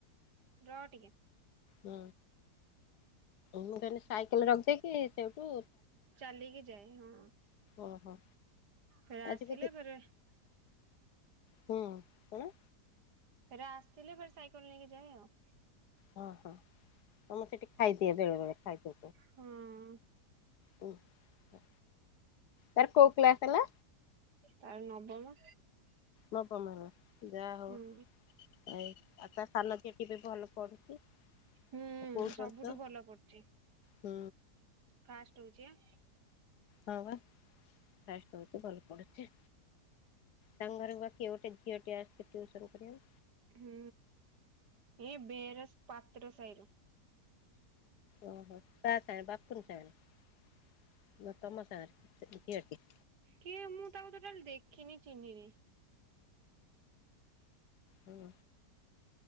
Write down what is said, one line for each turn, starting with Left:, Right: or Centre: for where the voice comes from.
Right: ରହ ଟିକେ।
Left: ହୁଁ। ମୁଁ କହିଲି ସାଇକେଲ୍ ରଖିଦଇକି ସେଉଠୁ
Right: ଚାଲିକି ଯାଏ। ହଁ।
Left: ଓହୋ
Right: ଫେରେ
Left: ଆଜି
Right: ଆସିଲେ
Left: ବୋଧେ
Right: ଫେରେ
Left: ହୁଁ। କଣ?
Right: ଫରେ ଆସିଲେ ଫର୍ ସାଇକଲ୍ ନେଇକି ଯାଏ ଆଉ।
Left: ହଁ ହଁ। ତମେ ସେଠି ଖାଇଦିଏ ବେଳେବେଳେ ଖାଇଦି
Right: ହଁ
Left: <unintelligible> ତାର କୋଉ କ୍ଲାସ ହେଲା?
Right: ତାର ନବମ।
Left: ନବମ ହେଲା। ଯା ହଉ
Right: ହୁଁ
Left: ଆ ଆଉ ତା ସାନ ଝିଅ <unintelligible> ବି ଭଲ ପଢୁଛି?
Right: ହୁଁ
Left: କହୁଛନ୍ତି
Right: ସବୁଠୁ
Left: ତ
Right: ଭଲ ପଢୁଚି।
Left: ହୁଁ।
Right: ଫାଷ୍ଟ ହଉଚି ଆ।
Left: ହଁ ବା। ଫାଷ୍ଟ ହଉଚି ଭଲ ପଢ଼ୁଚି। ତାଙ୍କ ଘରକୁ ବା କିଏ ଗୋଟେ ଝିଅଟିଏ ଆସୁଚି, ଟ୍ୟୁସନ୍ କରିଆକୁ?
Right: ହୁଁ। ଏଇ ବେରସ୍ ପାତ୍ର ସାହିରୁ।
Left: ଓହୋ। କାହା ସଙ୍ଗରେ ବାପୁନ୍ ସାଙ୍ଗେରେ ନା ତମ ସାଙ୍ଗରେ ସେ ଝିଅଟି?
Right: କିଏ ମୁଁ ତାକୁ ଟୋଟାଲି ଦେଖିନି ଚିହ୍ନିନି?
Left: ହଁ।